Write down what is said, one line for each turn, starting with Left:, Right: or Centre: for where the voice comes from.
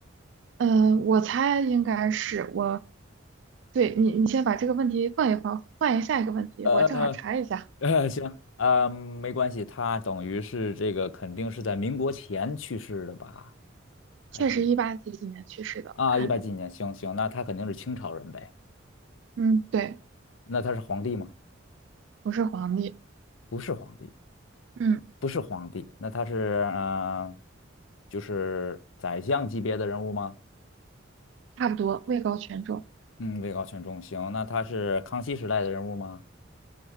Right: 呃，我猜应该是我，对你，你先把这个问题放一放，换一下一个问题，
Left: 呃
Right: 我正好查一下，
Left: 呃，<laughs> 行，呃，没关系，他等于是这个肯定是在民国前去世的吧？还是
Right: 确实一八几几年去世的，我看见了，
Left: 啊，一八几几年，行行，那他肯定是清朝人呗，
Right: 嗯对，
Left: 那他是皇帝吗？
Right: 不是皇帝，
Left: 不是皇帝，
Right: 嗯
Left: 不是皇帝，那他是嗯、呃就是宰相级别的人物吗？
Right: 差不多位高权重。
Left: 嗯，位高权重，行，那他是康熙时代的人物吗？